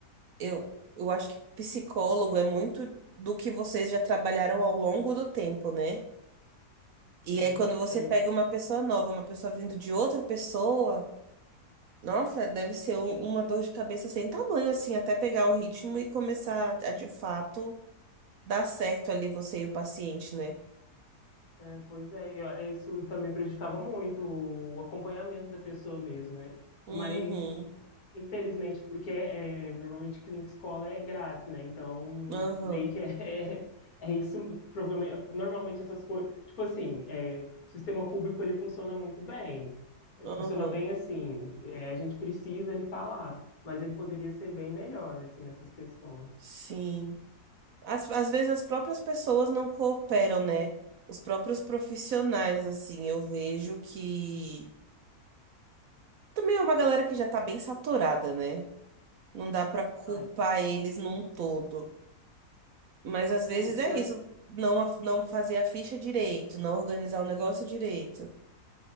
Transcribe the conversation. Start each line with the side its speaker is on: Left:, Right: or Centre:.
Right: eu, eu acho que psicólogo é muito do que vocês já trabalharam ao longo do tempo, né? E
Left: Sim.
Right: aí quando você
Left: É,
Right: pega uma pessoa nova, uma pessoa vindo de outra pessoa, nossa, deve ser um- uma dor de cabeça sem tamanho, assim, até pegar o ritmo e começar a de fato dar certo ali você e o paciente, né?
Left: É, pois é, eu- é, isso também prejudicava muito o acompanhamento da pessoa mesmo, né?
Right: Uhum,
Left: Mas, infelizmente, porque é, normalmente clínica escola é grátis, né? Então,
Right: uhum,
Left: meio que é, <laughs> é isso, provavelmente, normalmente essas coisas, tipo assim, é, o sistema público, ele funciona muito bem,
Right: uhum.
Left: funciona bem assim, é, a gente precisa, ele tá lá, mas ele poderia ser bem melhor, assim, nessas questões.
Right: Sim. As, às vezes as próprias pessoas não cooperam, né? Os próprios profissionais, assim, eu vejo que também é uma galera que já tá bem saturada, né? Não dá pra culpar
Left: Ai,
Right: eles num todo. Mas às vezes
Left: é,
Right: é
Left: pior
Right: isso, não, a- não fazer a ficha direito, não organizar o negócio direito.